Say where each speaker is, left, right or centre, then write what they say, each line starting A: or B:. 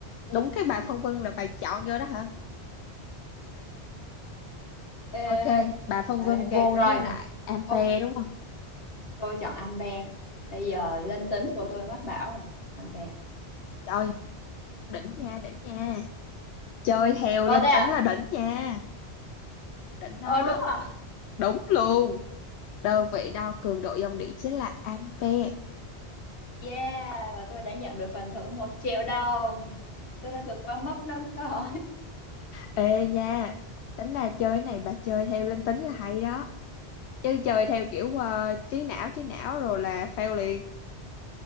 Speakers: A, on the left; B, on the left.
A: đúng cái bà phân vân là bà chọn vô đó hả
B: Ê,
A: ok bà phân
B: ở
A: vân
B: đây ok
A: vô
B: rồi
A: với lại ampere
B: Ô,
A: đúng không
B: tôi chọn ampere bây giờ linh tính của tôi mách bảo rồi ampere
A: trời đỉnh nha đỉnh nha chơi theo
B: Ồ
A: linh
B: thế à
A: tính là đỉnh nha đỉnh đó
B: ờ đúng rồi
A: đúng luôn đơn vị đo cường độ dòng điện chính là ampere
B: yeah và tôi đã nhận được phần thưởng một triệu đồng tôi đã vượt qua mốc năm câu
A: ê nha tính ra chơi cái này bà chơi theo linh tính là hay đó chứ chơi theo kiểu ờ, trí não trí não rồi là fail liền